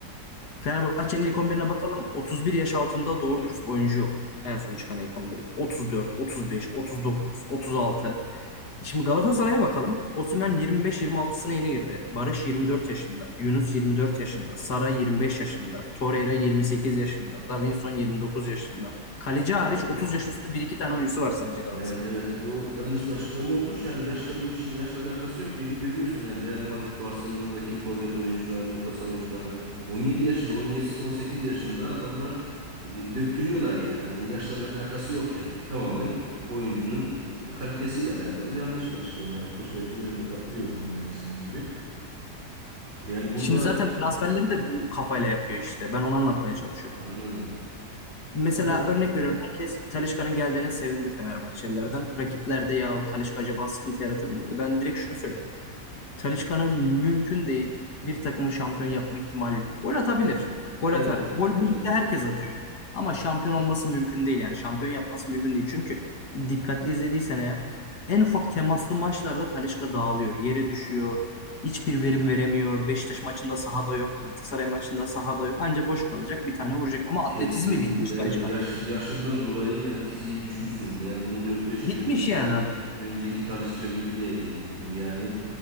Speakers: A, on the left; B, on the right.
A: Fenerbahçe'nin ilk 11'ine bakalım. 31 yaş altında doğru dürüst oyuncu yok. En son çıkan ilk 11'de. 34, 35, 39, 36. Şimdi Galatasaray'a bakalım. Osimhen 25-26'sına yeni girdi. Barış 24 yaşında. Yunus 24 yaşında. Sara 25 yaşında. Torreira 28 yaşında. Davinson 29 yaşında. Kaleci hariç 30 yaş üstü bir iki tane oyuncusu var sadece Galatasaray'ın.
B: Yani evet o yanlış bir açıklama olmuş. Yani yaşla bu işin yaşla alakası yok. Geri görüyorsun yani Real Madrid Barcelona'daki forvet oyuncularını, orta saha oyuncularını 17 yaşında, 17 18 yaşında adamlar e, döktürüyorlar yani. Hani bunun yaşla bir alakası yok yani. Tamamen oyuncunun e, kalitesiyle alakalı yanlış bir açıklama yapmış bence. Ben de katılıyorum ona ya senin gibi. Yani burada
A: Şimdi zaten transferleri de bu kafayla yapıyor işte. Ben onu anlatmaya çalışıyorum.
B: anladım.
A: Mesela
B: Yani
A: örnek veriyorum herkes Talisca'nın geldiğine sevindi Fenerbahçelilerden. Rakipler de ya Talisca acaba sıkıntı yaratır mı dedi. Ben direkt şunu söyledim. Talisca'nın mümkün değil bir takımı şampiyon yapma ihtimali yok. Gol atabilir. Gol
B: evet,
A: atar. Gol
B: evet.
A: bu ligde herkes atıyor. Ama şampiyon olması mümkün değil yani. Şampiyon yapması mümkün değil. Çünkü dikkatli izlediysen eğer en ufak temaslı maçlarda Talisca dağılıyor. Yere düşüyor. Hiçbir verim veremiyor. Beşiktaş maçında sahada yok. Galatasaray maçında sahada yok. Anca boş kalacak. Bir tane vuracak. Ama
B: Kesinlikle
A: atletizmi bitmiş Talisca'nın.
B: evet yaş yaşından dolayı yani fiziği düşmüş durumda. Yani bunun dört beş
A: Bitmiş
B: yıl öncesi
A: yani adam.
B: önceki Talisca gibi değil dediğin gibi yani.